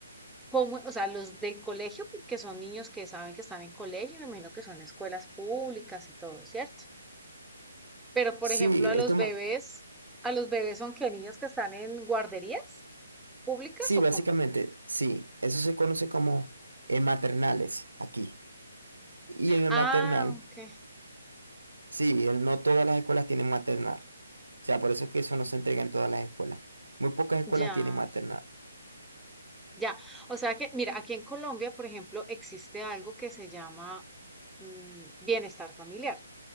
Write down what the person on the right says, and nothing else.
Sí,
esto,
ma-
sí,
básicamente,
sí. Eso se conoce como eh, maternales aquí. Y en el
maternal,
sí, el- no todas las escuelas tienen maternal. O sea, por eso es que eso no se entrega en todas las escuelas. Muy pocas escuelas
tienen maternal.